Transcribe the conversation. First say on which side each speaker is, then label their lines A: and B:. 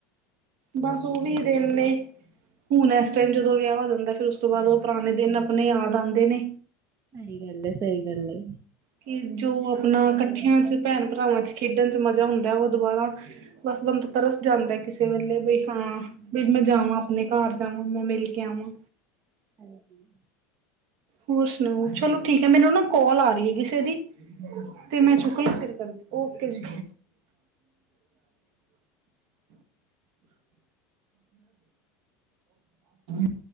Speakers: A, on the right; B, on the right.
A: ਬਸ ਉਹ ਵੀ ਦਿਨ ਨੇ। ਹੁਣ ਇਸ ਟੈਮ ਜਦੋਂ ਵਿਆਹ ਹੋ ਜਾਂਦਾ, ਫਿਰ ਉਸ ਤੋਂ ਬਾਅਦ ਉਹ ਪੁਰਾਣੇ ਦਿਨ ਆਪਣੇ ਯਾਦ ਆਂਦੇ ਨੇ।
B: ਸਹੀ ਗੱਲ ਏ, ਸਹੀ ਗੱਲ ਏ।
A: ਕਿ ਜੋ ਆਪਣਾ ਕੱਠਿਆਂ ਚ ਭੈਣ ਭਰਾਵਾਂ ਚ ਖੇਡਣ ਚ ਮਜ਼ਾ ਹੁੰਦਾ, ਉਹ ਦੁਬਾਰਾ ਬਸ ਬੰਦਾ ਤਰਸ ਜਾਂਦਾ ਕਿਸੇ ਵੇਲੇ ਵੀ, ਹਾਂ ਵੀ ਮੈਂ ਜਾਵ ਮੈਂ ਆਪਣੇ ਘਰ ਜਾਵਾਂ, ਮੈਂ ਮਿਲ ਕੇ ਆਵਾਂ।
B: ਹਾਂਜੀ।
A: ਹੋਰ ਸੁਣਾਓ, ਚਲੋ ਠੀਕ ਐ, ਮੈਨੂੰ ਨਾ ਕੋਲ ਆ ਰਹੀ ਹੈਗੀ। ਤੇ ਦੀ ਤੇ ਮੈਂ ਚੁੱਕਲਾਂ, ਫਿਰ ਕਰਦੀ ਓਕੇ ਜੀ। <unintelligible> <inaudible>